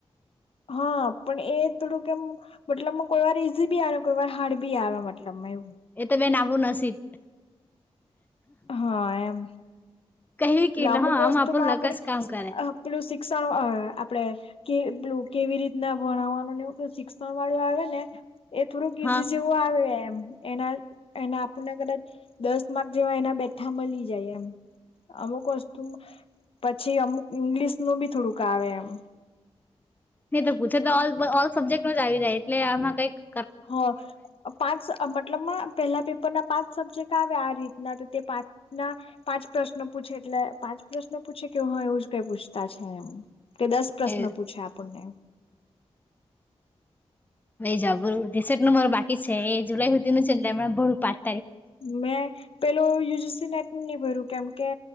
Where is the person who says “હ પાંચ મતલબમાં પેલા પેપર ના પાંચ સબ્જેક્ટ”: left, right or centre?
Left